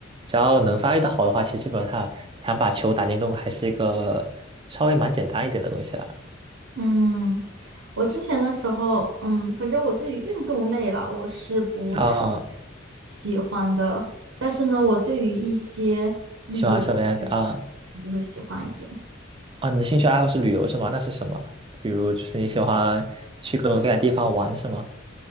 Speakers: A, on the right; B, on the right.
A: 只要能发力的好的话，其实基本上想把球打进洞还是一个稍微蛮简单一点的东西了。
B: 嗯，我之前的时候，嗯，反正我对于运动类啦，我是不太
A: 啊，
B: 喜欢的，但是呢，我对于一些旅游
A: 喜欢什么样子啊？
B: 就会喜欢一点。
A: 啊，你的兴趣爱好是旅游是吗？那是什么？比如就是你喜欢去各种各样的地方玩是吗？